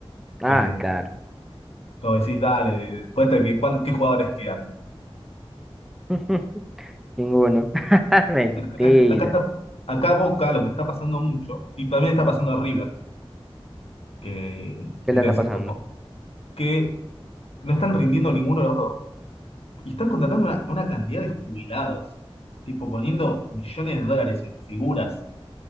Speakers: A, in the centre; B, on the left.
A: Ah,
B: eh,
A: claro.
B: Como decís, dale, cuenta que cuán- qué jugadores quedan.
A: <laughs> Ninguno. <laughs> Mentira.
B: Acá, acá está, acá Boca lo que está pasando mucho, y también está pasando a River, que,
A: ¿Qué
B: viste,
A: le anda
B: es
A: pasando?
B: como que no están rindiendo ninguno de los dos, y están contratando una, una cantidad de jubilados, tipo poniendo millones de dólares en figuras